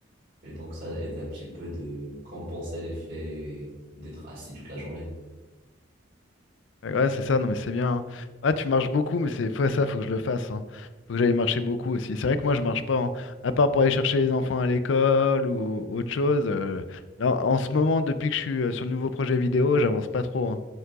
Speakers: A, on the right; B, on the left.
A: Et donc, ça aide un petit peu de compenser l'effet d'être assis toute la journée.
B: Ouais, ouais, c'est ça, non mais c'est bien. hein. Ah, tu marches beaucoup, mais c'est faut, ça, faut que je le fasse. hein. Faut que j'aille marcher beaucoup aussi. C'est vrai que moi, je marche pas. hein. À part pour aller chercher les enfants à l'école ou autre chose. euh, là, en ce moment, depuis que je suis euh, sur le nouveau projet vidéo, j'avance pas trop. hein.